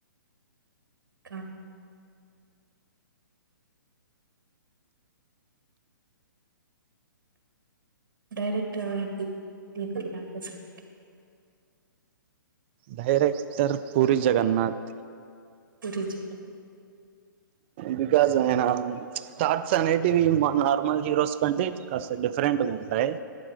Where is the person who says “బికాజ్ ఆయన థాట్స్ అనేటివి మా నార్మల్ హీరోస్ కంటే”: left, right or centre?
Right